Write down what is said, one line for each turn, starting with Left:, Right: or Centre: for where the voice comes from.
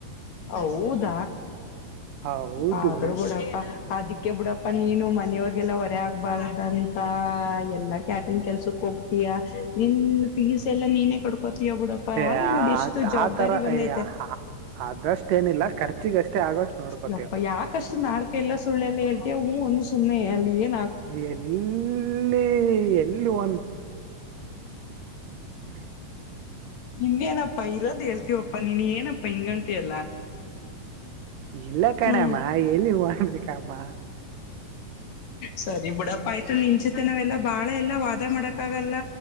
Left: ಹದ.
Right: ಹೌದು
Left: ಆದ್ರೂ ಕೂಡಪ್ಪ ಅಿ. ೆ ಬಿುಡಪ್ಪಾ ನೀನು ಮನೆಯವ್ರಗೆಲ್ಲಾ ಹೊರ ಆಗ್ಬಾರ್ದಂತ ಎಲ್ಲಾ ಕ್ಯಾಟ್ರಿಂಗ್ ಕೆಲ್ಸಕ್ ಹೋಗ್ತೀಯಾ ನೀನ್ ಫೀಸ್ ಎಲ್ಲಾ ನೀನೇ ಕ. ಪತಬುಡಪ್ಪ
Right: ಏ
Left: ಅಲ್ಲಿ
Right: ಆ-
Left: ನೋಡಿ ಇಷ್ಟು ಜವಾಬ್ದಾರಿ
Right: ಆ ತರ
Left: ಬಂದೈತೆ.
Right: ಏ, ಆ- ಅದಷ್ಟೇನಿಲ್ಲ ಖರ್ಚಿಗಷ್ಟೇ ಆಗೋಷ್ಟು ನೋಡ್ಕೋತೀವ
Left: ಯಪ್ಪ ಯಾಕಷ್ಟು ನಾಡಕ ಎಲ್ಲ ಸುಳ್ಳಲ್ಲ ಹೇಳ್ತಯ ಹ್. ಸುನೆ ಹಾಲಯ.
Right: ಏ ನೀ ಹೂ <unintelligible> <inaudible>
Left: ನಿಮ್ನಪ್ಪ ಇರೋದು ಹೇಳ್ತೀವಪ್ಪಾ ನೀನ್ ಏನಪ್ಪ ಹ ಹಿಂಗಂತಿಯಪ್ಪ.
Right: ಇಲ್ಲ ಕಣಮ್ಮ
Left: ಹ್ಮ್
Right: ಎಲ್ಲಿವು ಮಾಡ್ಬೇಕಮ್ಮ.
Left: ಸರಿ ಬುಡಪ್ಪ ಆಯ್ತು ನಿನ್ಚತೆ ನಾವೆಲ್ಲಾ ಬಾಳ ಎಲ್ಲಾ ವಾದ ಮಾಡಕ ಆಗಲ್ಲ